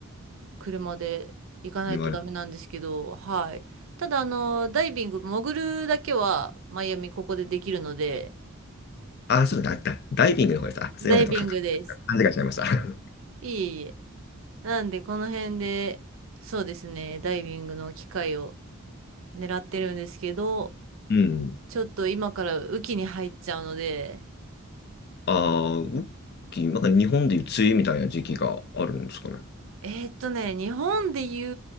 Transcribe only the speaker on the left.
でもあれ。
あ、そうだ、だ、ダイビングの方です。あ、すいません、
とか、か勘違いしちゃいました。<laughs>
うん。
ああ、ウッキー、なんか日本でいう梅雨みたいな時期があるんですかね。